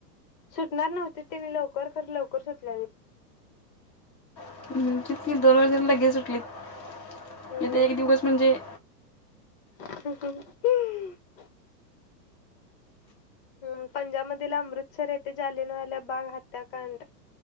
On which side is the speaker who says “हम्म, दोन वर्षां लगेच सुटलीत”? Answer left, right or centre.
Centre